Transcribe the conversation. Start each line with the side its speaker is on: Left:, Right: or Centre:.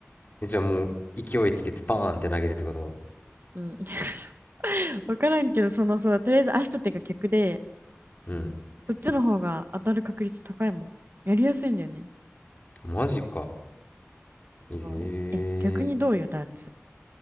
Left: じゃあもう、勢いつけてバーンって投げるってこと
Right: うん。<laughs> わからんけど、そのそうとりあえず足と手が逆で、
Left: うん。
Right: こっちの方が当たる確率高いもん。やりやすいんだよね。
Left: マジか。ええ
Right: そう。え、逆にどうよ、ダーツ。